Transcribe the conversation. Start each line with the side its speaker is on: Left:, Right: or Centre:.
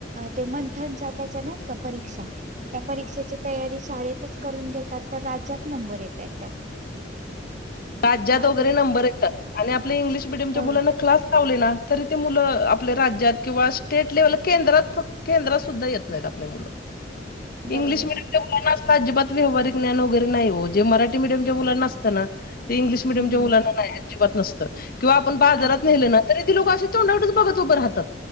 Right: ते मंथनचा त्याच्या नाही का परीक्षा त्या परीक्षेची तयारी शाळेतच करून घेतात तर राज्यात नंबर येतात
Left: राज्यात
Right: माद
Left: वगैरे नंबर येतात आणि आपल्या इंग्लिश मिडियमच्या
Right: हो
Left: मुलांना क्लास लाव ना तरी ते मुलं आपल्या राज्यात किंवा स्टेट लेव्हल केंद्रात फक् केंद्रात सुद्धा येत नाहीत आपल्या मुलं
Right: बरोबर
Left: इंग्लिश मिीडियम
Right: आहे
Left: ते ब असता अजिबात व्ञान वगैर नाही जे मराठी मीडयम नतना ते इंग्िश मिडयमच्या
Right: हम्म
Left: मुलांना नाही अजिबात नसत किंवा आपण बाजारात
Right: आ
Left: नेले ना तरी लोक तेच बघत उभं राहतात